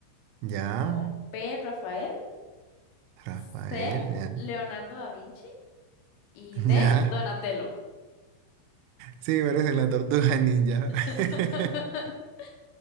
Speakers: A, on the right; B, on the left.
A: Ya,
B: o B. Rafael,
A: Rafael,
B: C.
A: ya.
B: Leonardo da Vinci y
A: <laughs>
B: D.
A: Ya,
B: Donatello.
A: sí, parecen la tortuga ninja.
B: <laughs>
A: <laughs>